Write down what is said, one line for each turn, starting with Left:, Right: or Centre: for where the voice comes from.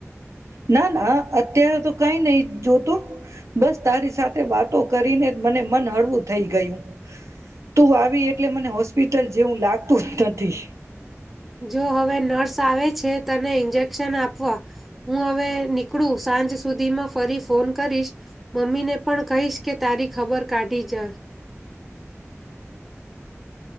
Right: ના ના અત્યારે તો કઈ નહી જોતું, બસ તારી સાથે વાતો કરીને જ મને મન હળવું થઈ ગયું, તું આવી એટલે મને હોસ્પિટલ જેવું લાગતું જ નથી.
Centre: જો હવે નર્સ આવે છે તને ઇન્જેક્શન આપવા, હું હવે નીકળું સાંજ સુધીમાં ફરી ફોન કરીશ, મમ્મીને પણ કહીશ કે તારી ખબર કાઢી જાય.